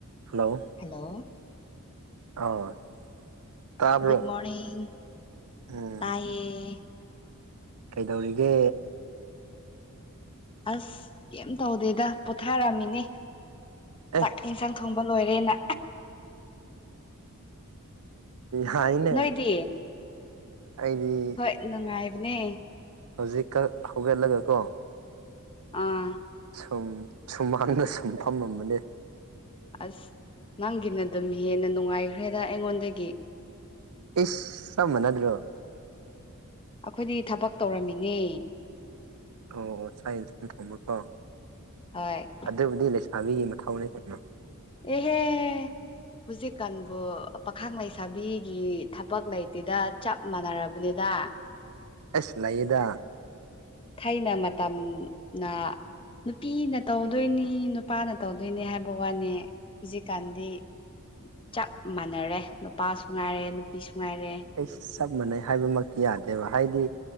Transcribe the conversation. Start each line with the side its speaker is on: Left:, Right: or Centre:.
Right: hello
Left: hello
Right: ꯑꯥ ꯇꯥꯕ꯭ꯔꯣ
Left: ꯨꯒꯨꯠꯗ ꯃꯣꯔꯅꯤꯡ
Right: ꯎꯝ
Left: ꯇꯥꯏꯌꯦ
Right: ꯀꯩꯗꯧꯔꯤꯒꯦ
Left: ꯑꯁ ꯀꯝ ꯇꯧꯗꯦꯗ ꯄꯣꯊꯥꯔꯝꯃꯤꯅꯦ
Right: ꯑꯦ
Left: ꯆꯥꯛ ꯏꯟꯁꯥꯡ ꯊꯣꯡꯕ ꯂꯣꯏꯔꯦꯅ
Right: ꯍꯥꯏꯅꯦ
Left: ꯅꯣꯏꯗꯤ
Right: ꯑꯩꯗꯤ
Left: ꯍꯣꯏ ꯅꯨꯡꯉꯥꯏꯕꯅꯦ
Right: ꯍꯧꯖꯤꯛꯀ ꯍꯧꯒꯠꯂꯒ ꯀꯣ
Left: ꯑꯥ
Right: ꯁꯨꯝ ꯁꯨꯝꯃꯥꯡꯗ ꯁꯨꯝ ꯐꯝꯃꯝꯕꯅꯦ
Left: ꯑꯁ ꯅꯪꯒꯤꯅ ꯑꯗꯨꯝ ꯍꯦꯟꯅ ꯅꯨꯡꯉꯥꯏꯈ꯭ꯔꯦꯗ ꯑꯩꯉꯣꯟꯗꯒꯤ
Right: ꯏꯁ ꯆꯝ ꯃꯅꯗ꯭ꯔꯣ
Left: ꯑꯩꯈꯣꯏꯗꯤ ꯊꯕꯛ ꯇꯧꯔꯝꯃꯤꯅꯦ
Right: ꯑꯣ ꯆꯥꯏ ꯏꯟꯁꯟ ꯊꯣꯡꯕꯀꯣ
Left: ꯍꯣꯏ
Right: ꯑꯗꯨꯕꯨꯗꯤ ꯂꯩꯁꯥꯕꯤꯒꯤ ꯃꯊꯧꯅꯦ ꯀꯩꯅꯣ
Left: ꯑꯦꯍꯦ ꯍꯧꯨꯖꯤꯛꯀꯥꯟꯕꯨ ꯄꯥꯈꯪꯡ ꯂꯩꯁꯥꯕꯤꯒꯤ ꯊꯕꯛ ꯂꯩꯇꯦꯗ ꯆꯞ ꯃꯥꯟꯅꯔꯕꯅꯤꯅ
Right: ꯑꯦꯁ ꯂꯩꯌꯦꯗ
Left: ꯊꯥꯏꯅ ꯃꯇꯝꯅ ꯅꯨꯄꯤꯅ ꯇꯧꯗꯣꯏꯅꯤ ꯅꯨꯄꯥꯅ ꯇꯧꯗꯣꯏꯅꯤ ꯍꯥꯏꯕ ꯋꯥꯅꯦ ꯍꯧꯖꯤꯛꯀꯥꯟꯗꯤ ꯆꯞ ꯃꯥꯟꯅꯔꯦ ꯅꯨꯄꯥꯁꯨ ꯉꯥꯏꯔꯦ ꯅꯨꯄꯤꯁꯨ ꯉꯥꯏꯔꯦ
Right: ꯑꯁ ꯆꯞ ꯃꯥꯟꯅꯩ ꯍꯥꯏꯕꯃꯛꯇꯤ ꯌꯥꯗꯦꯕ ꯍꯥꯏꯗꯤ